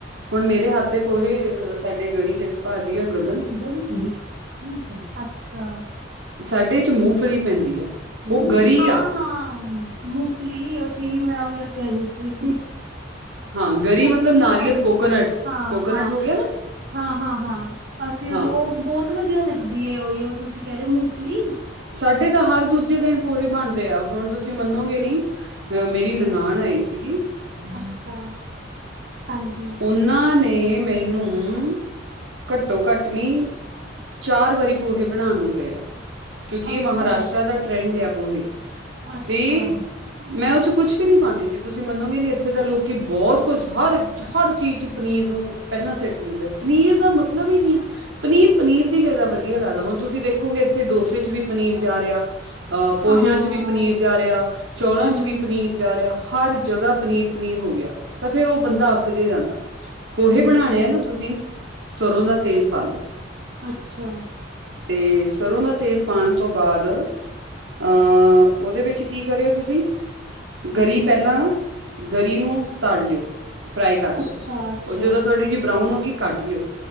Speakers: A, on the right (about 75°); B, on the right (about 55°).
A: ਹੁਣ ਮੇਰੇ ਹੱਥ ਦੇ ਪੋਹੇ। ਸਾਡੇ ਗਲੀ ਚ ਇੱਕ ਭਾਜੀ ਆ ਗ
B: ਜਵੀਂ ਥੋੜੀ <unintelligible> ਅੱਛਾ।
A: ਸਾਡੇ 'ਚ ਮੂੰਫਲੀ ਪੈਂਦੀ ਆ।
B: ਮੂੰਫਲੀ,
A: ਉਹ ਗਰੀ
B: ਹਾਂ-ਹਾਂ
A: ਆ
B: ਮੂੰਫਲੀ ਓਹੀ ਮੈਂ ਉਈਓ ਕਹਿਦੀਂ ਸੀ।
A: ਹਾਂ ਗਰੀ
B: ਸੱਚੀ
A: ਮਤਲਬ ਨਾਰੀਅਲ
B: ਹਾਂਜੀ,
A: ਕੋਕੋਨਟ
B: ਹਾਂ-ਹਾਂ।
A: ਕੋਕੋਨਟ ਹੋ ਗਿਆ ਨਾ
B: ਹਾਂ-ਹਾਂ, ਹਾਂ ਅਸੀਂ ਉਹਨੂੰ
A: ਹਾਂ
B: ਉਹ ਬਹੁਤ ਵਧੀਆ ਲੱਗਦੀ ਏ ਓਈਓ ਤੁਸੀਂ ਕਹਿ ਰ‌ਏ ਓ ਮੂੰਫਲੀ।
A: ਸਾਡੇ ਤਾਂ ਹਰ ਦੂਜੇ ਦਿਨ ਪੋਹੇ ਬਣਦੇ ਆ। ਹੁਣ ਤੁਸੀਂ ਮੰਨੋਗੇ ਨੀ, ਅਹ ਮੇਰੀ ਨਨਾਣ ਆਈ ਸੀਗੀ
B: ਅੱਛਾ। ਹਾਂਜੀ
A: ਓਨਾਂ ਨੇ ਮੈਨੂੰ, ਘੱਟੋ-ਘੱਟ ਨੀ ਚਾਰ ਵਾਰੀ ਪੋਹੇ ਬਣਾਂਣ ਨੂੰ ਗ‌ਆ ਕਿਉਂਕਿ
B: ਅੱਛਾ
A: ਇਹ ਮਹਾਰਾਸ਼ਟਰਾ ਦਾ ਟਰੈਂਡ ਆ ਪੋਹੇ,
B: ਅੱਛਾ
A: ਕੀ ਮੈਂ ਉਚ ਕੁਛ ਵੀ ਨੀ ਪਾਂਦੀ ਸੀ, ਤੁਸੀਂ ਮੰਨੋਗੇ ਨੀ ਇੱਥੇ ਤਾਂ ਲੋਕੀ ਬਹੁਤ ਕੁਛ ਹਰ ਹਰ ਚੀਜ਼ ਚ ਪਨੀਰ ਨੂੰ ਪਹਿਲਾਂ ਸਿੱਟ ਦਿੰਦੇ, ਪਨੀਰ ਦਾ ਮਤਲਬ ਈ ਨ‌ਈ ਆ ਪਨੀਰ-ਪਨੀਰ ਦੀ ਜਗ੍ਹਾ ਵਧੀਆ ਲੱਗਦਾ ਹੁਣ ਤੁਸੀਂ ਦੇਖੋਗੇ ਇੱਥੇ ਡੋਸੇ 'ਚ ਵੀ ਪਨੀਰ ਜਾ ਰਿਹਾ। ਅ ਪੋਹਿਆਂ
B: ਹਾਂ
A: ਚ ਵੀ ਪਨੀਰ ਜਾ ਰਿਆ, ਚੌਲਾਂ
B: ਹੂੰ
A: 'ਚ ਵੀ ਪਨੀਰ ਜਾ ਰਿਆ ਹਰ ਜਗ੍ਹਾ ਪਨੀਰ ਪਨੀਰ ਹੋ ਗਿਆ ਤਾਂ ਫੇਰ ਉਹ ਬੰਦਾ ਅੱਕ ਜੇ ਜਾਂਦਾ, ਪੋਹੇ
B: ਹੂੰ
A: ਬਣਾਨੇ ਆ ਨਾ ਤੁਸੀਂ ਸਰ੍ਹੋਂ ਦਾ ਤੇਲ ਪਾਲੋ।
B: ਅੱਛਾ।
A: ਤੇ ਸਰ੍ਹੋਂ ਦਾ ਤੇਲ ਪਾਣ ਤੋਂ ਬਾਅਦ ਆ, ਉਹਦੇ ਵਿੱਚ ਕੀ ਕਰਿਓ ਤੁਸੀਂ
B: ਹਾਂਜੀ
A: ਗਰੀ ਪਹਿਲਾਂ ਨਾ, ਗਰੀ ਨੂੰ ਤਲ ਲਿਓ ਫਰਾਈ ਕਰ ਲਿਓ।
B: ਅੱਛਾ-ਅੱਛਾ
A: ਉਹ ਜਦੋਂ ਥੋੜ੍ਹੀ ਜਿਹੀ ਬਰਾਊਨ ਹੋ ਗਈ ਕੱਢ ਲਿਓ।